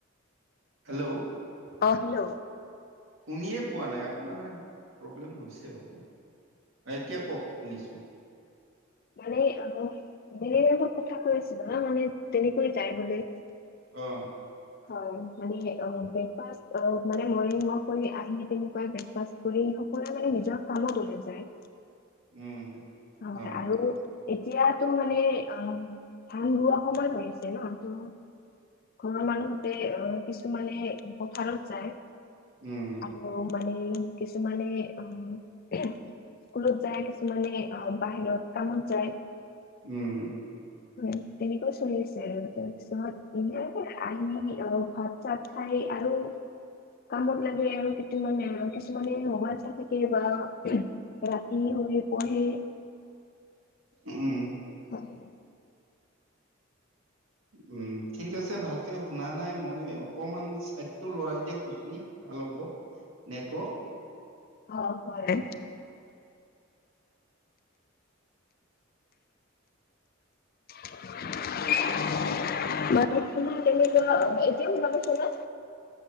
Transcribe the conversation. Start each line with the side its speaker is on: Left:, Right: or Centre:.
Right: হেল্ল'।
Left: অ, হেল্ল'।
Right: শুনিয়ে পোৱা নাই। আপোনাৰ প্ৰব্লেম হৈছে অক, এতিয়া কওক শুনিছো।
Left: মানে অ ডেইলী লাইফৰ কথা কৈ আছিলো ন মানে তেনেকৈ যায় বোলে।
Right: অ।
Left: হয়। মানে অ ব্ৰেকফাছ অ মানে মৰ্ণিং ৱক কৰি আহি তেনেকুৱ ব্ৰেকফাছ কৰি সকলোৱে মানে নিজৰ কামত ওলাই যায়।
Right: উম।
Left: হ
Right: অ
Left: আৰু এতিয়াটো মানে অ, ধান ৰোৱা সময় হৈ আছে ন তো ঘৰৰ মানুহতে অ, কিছুমানে পথাৰত যায়
Right: উম
Left: আৰ ত মানে কিছুমানে অ, স্কুলত যায়। কিছুমানে অ বাহিৰত কামত যায়।
Right: উম।
Left: হয়। তেনেকুৱাও চলি আছে আৰু তাৰপিছত <unintelligible> আহি আহ ভাত চাত খাই আৰু কামত লাগে, আৰু কিটোমানে আৰু কিছুমানে ম'বাইল চাই থাকে বা ৰাতি শুই পঢ়ে।
Right: উ উম।
Left: হয়।
Right: উম ঠিক আছে। ভালকে শুনা নাই। মই অকণমান চাইডটো লৰাই দিয়ক আপুনি? ভাল হ'ব নেটৱৰ্ক।
Left: অ, হয়। <inaudible> মানে তোমাৰ তেনেকুৱা, এতিয়া শুনি পাইছা নে?